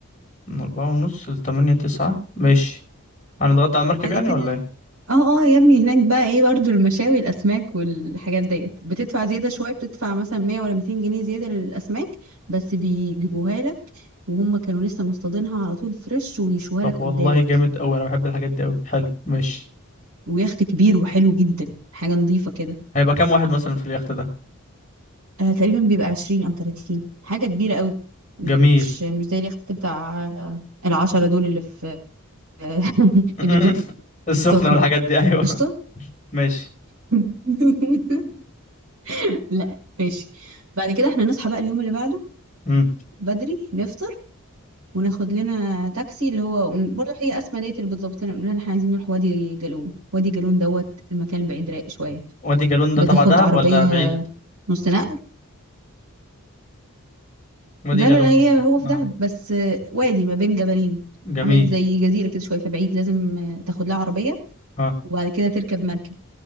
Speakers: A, on the left; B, on the right.
A: من أربعة ونص لتمانية تسعة ماشي هنتغدى على المركب
B: بعد
A: يعني
B: كده
A: ولا ايه
B: اه اه يا ابني هناك بقى ايه برضو المشاوي الاسماك والحاجات ديت بتدفع زياده شويه بتدفع مثلا 100 ولا 200 جنيه زياده للاسماك بس بيجيبوها لك وهم كانوا لسه مصطادينها على طول فريش ويشوها
A: طب
B: لك
A: والله
B: قدامك
A: جامد أوي أنا بحب الحاجات دي أوي حلو ماشي
B: ويخت كبير وحلو جدا حاجه نظيفه كده
A: هيبقى كام واحد مثلا في اليخت ده
B: آه تقريبا بيبقى 20 او 30 حاجه كبيره قوي
A: جميل
B: مش مش زي اليخت بتاع آه، العشرة دول اللي في <laughs>
A: <laughs>
B: اللي في
A: السخنة
B: السخنه
A: والحاجات دي أيوه
B: قشطه
A: ماشي
B: <laughs> لا ماشي بعد كده احنا نصحى بقى اليوم اللي بعده
A: امم
B: بدري نفطر وناخد لنا تاكسي اللي هو برضه هي اسماء ديت اللي بتظبط لنا نقول لها إن احنا عايزين نروح وادي جالون وادي جالون دوت المكان بعيد رايق شويه
A: وادي جالون ده
B: بتاخد
A: تبع دهب
B: عربيه
A: ولا بعيد
B: نص نقل
A: وادي
B: لا
A: جالون
B: لا لا هي هو في
A: اه
B: دهب بس آه، وادي ما بين جبلين
A: جميل
B: عامل زي جزيره كده شويه فبعيد لازم آه، تاخد لها عربيه
A: اه
B: وبعد كده تركب مركب